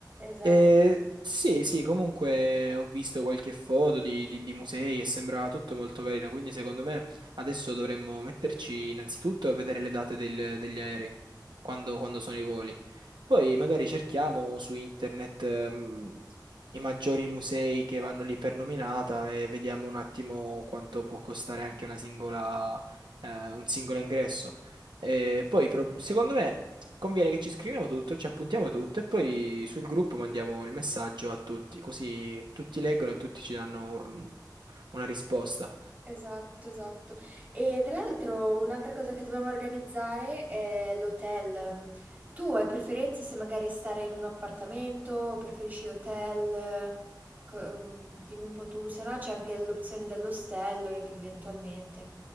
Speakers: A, on the right (about 25°); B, on the right (about 75°).
A: Esatto.
B: E sì, sì, comunque ho visto qualche foto di, di di musei e sembrava tutto molto carino, quindi secondo me adesso dovremmo metterci innanzitutto a vedere le date del- degli aerei, quando, quando sono i voli. Poi magari cerchiamo su internet, ehm, i maggiori musei che vanno lì per nominata e vediamo un attimo quanto può costare anche una singola, eh, un singolo ingresso. E poi, pro- secondo me, conviene che ci scriviamo tutto, ci appuntiamo tutto e poi sul gruppo mandiamo il messaggio a tutti, così tutti leggono e tutti ci danno un- una risposta.
A: Esatto, esatto. E tra l'altro un'altra cosa che dobbiamo organizzare è l'hotel. Tu hai preferenze se magari stare in un appartamento o preferisci hotel? Co- mm, Dimmi un po' tu, se no c'è anche l'opzione dell'ostello eventualmente.